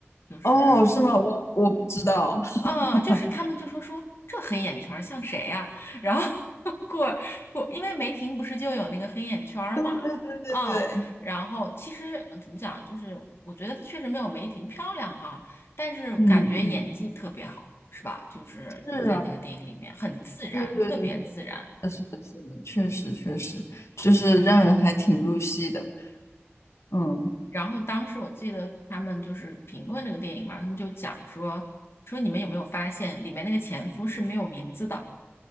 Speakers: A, on the left; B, on the left.
A: 就是
B: 哦，是吗？我我不知道。<laughs>
A: 嗯，就是他们就说说这黑眼圈儿像谁呀、然后 <laughs> 过过，因为梅婷不是就有那个黑眼圈儿嘛，
B: 对对对对对，
A: 嗯，然后其实呃怎么讲，就是我觉得她确实没有梅婷漂亮哈、但是感觉演技特别好，
B: 嗯嗯，
A: 是吧？就是就在那个电影里面很自然，
B: 是啊，对对对，
A: 特别自然。
B: 是的，是的，确实确实，就是让人还挺入戏的。嗯，
A: 然后当时我记得他们就是评论这个电影嘛，他们就讲说说你们有没有发现里面那个前夫是没有名字的。